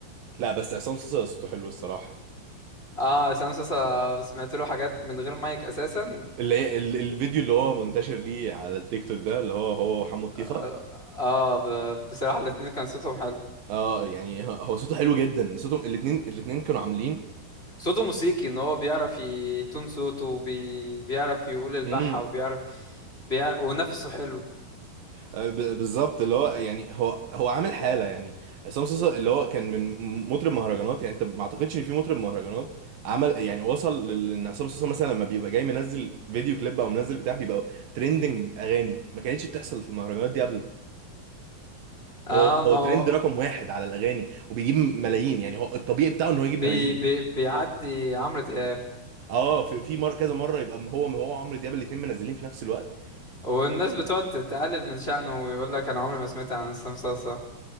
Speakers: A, on the right; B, on the left.
A: لا بس عصام صاصا صوته حلو الصراحه
B: اه عصام صاصا سمعت له حاجات من غير مايك اساسا
A: اللي هي ال- الفيديو اللي هو منتشر ليه على التيك توك ده اللي هو هو وحمو الطيخه
B: اه, آه ب... بصراحه الاتنين كان صوتهم حلو
A: اه يعني هو هو صوته حلو جدا صوتهم الاثنين الاثنين كانوا عاملين
B: صوته موسيقي ان هو بيعرف يتون صوته وبي... بيعرف يقول البحة
A: امم
B: وبيعرف بيعرف... ونفسه حلو
A: آه، ب- بالظبط اللي هو يعني هو هو عامل حاله يعني عصام صاصا اللي هو كان من م- مطرب مهرجانات يعني انت ما اعتقدش ان في مطرب مهرجانات عمل يعني وصل لل- ان عصام صاصا مثلا لما بيبقى جاي منزل فيديو كليب او منزل بتاع بيبقى ترندنج اغاني ما كانتش بتحصل في المهرجانات دي قبل
B: اه
A: هو
B: ما
A: هو ترند
B: هو
A: رقم واحد على الاغاني وبيجيب ملايين يعني هو الطبيعي بتاعه ان هو يجيب
B: بي...
A: ملايين
B: بي... بيعدي عمرو دياب
A: اه في في مر كذا مره يبقى هو هو وعمرو دياب الاثنين منزلين في نفس الوقت
B: والناس بتقعد تقلل من شأنه ويقول لك انا عمري ما سمعت عن عصام صاصا